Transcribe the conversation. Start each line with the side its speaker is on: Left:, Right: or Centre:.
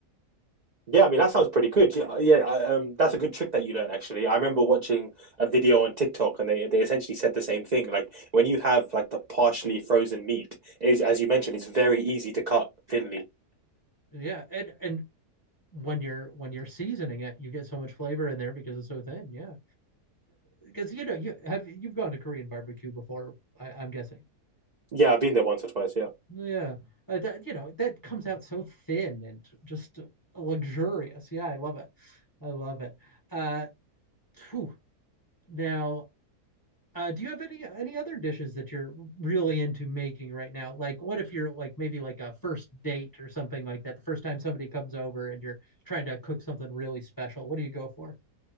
Right: Yeah, I mean that sounds pretty good. Yeah, yeah, I- um, that's a good trick that you learn actually. I remember watching a video on TikTok and they they essentially said the same thing. Like when you have like the partially frozen meat, is as you mentioned, it's very easy to cut thinly.
Left: Yeah, and and when you're when you're seasoning it, you get so much flavor in there because it's so thin. Yeah, because you know you have you've gone to Korean barbecue before. I, I'm guessing.
Right: Yeah, I've been there once or twice, yeah.
Left: Yeah, uh, that, you know that comes out so thin and just luxurious. Yeah, I love it. I love it. Uh, phew. now Uh, do you have any any other dishes that you're really into making right now? Like, what if you're like maybe like a first date or something like that? The first time somebody comes over and you're trying to cook something really special, what do you go for?